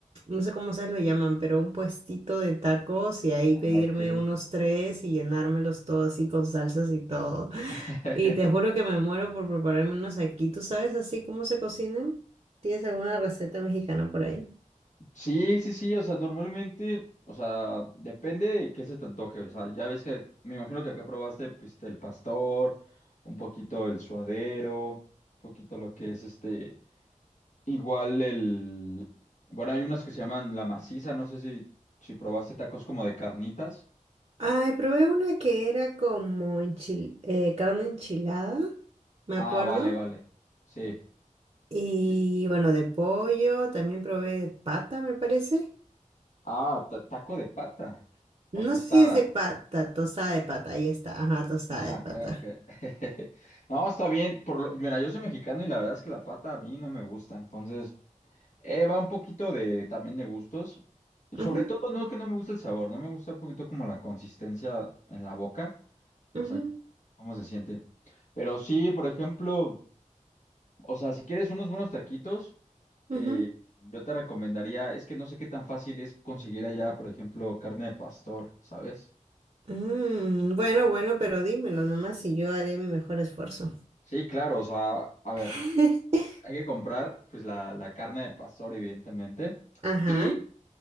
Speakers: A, on the right; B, on the left.
A: no sé cómo se lo llaman, pero un puestito de tacos y ahí
B: Ah,
A: pedirme
B: Ok.
A: unos tres y llenármelos todo así con salsas y todo. <laughs>
B: <laughs>
A: Y te juro que me muero por prepararme unos aquí. ¿Tú sabes así cómo se cocinan? ¿Tienes alguna receta mexicana por ahí?
B: Sí, sí, sí, o sea, normalmente, o sea, depende de qué se te antoje, o sea, ya ves que me imagino que acá probaste pues el pastor, un poquito el suadero, un poquito lo que es este, igual el, bueno, hay unas que se llaman la maciza, no sé si, si probaste tacos como de carnitas.
A: Ay, probé una que era como enchil- eh, carne enchilada, me
B: Ah,
A: acuerdo.
B: vale, vale, sí.
A: Y
B: Sí.
A: bueno, de pollo, también probé de pata, me parece.
B: Ah, ta- taco de pata o
A: No
B: tostada.
A: sé si es de pata, tostada de pata, ahí está, ajá, tostada
B: Ah,
A: de pata.
B: ok, ok. <laughs> No, está bien. Por, lo- mira, yo soy mexicano y la verdad es que la pata a mí no me gusta. Entonces, eh, va un poquito de también de gustos. Sobre
A: Ujú,
B: todo, no que no me gusta el sabor, no me gusta un poquito como la consistencia en la boca.
A: ujú,
B: O sea, cómo se siente. Pero sí, por ejemplo, o sea, si quieres unos buenos taquitos,
A: ujú.
B: eh, yo te recomendaría, es que no sé qué tan fácil es conseguir allá, por ejemplo, carne de pastor, ¿sabes?
A: Mm, bueno, bueno, pero dímelo nomás y yo haré mi mejor esfuerzo.
B: Sí, claro, o sea, a ver,
A: <laughs>
B: hay que comprar pues la, la carne de pastor, evidentemente,
A: Ajá.
B: y